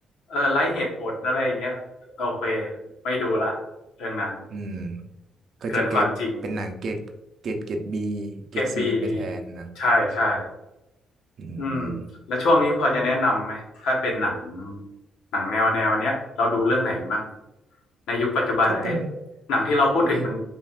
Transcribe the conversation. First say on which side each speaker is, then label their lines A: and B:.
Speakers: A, on the left (about 85°); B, on the right (about 60°).
A: เออไร้เหตุผลอะไรอย่างเงี้ยโอเคไม่ดูละเรื่องนั้น
B: อืมก็จะเกตเป็นหนังเกรดเกรดเกรดบีเกรดซีไปแทนนะ
A: เกินความจริงเกรดบีใช่ใช่
B: อืม
A: อืมแล้วช่วงนี้พอจะแนะนำไหมถ้าเป็นหนังหนังแนวแนวเนี้ยเราดูเรื่องไหนมั่งในยุคปัจจุบันนะเอ๊ะ
B: ถ้าเป็น
A: หนังที่เราพูดถึงมัน
B: ใน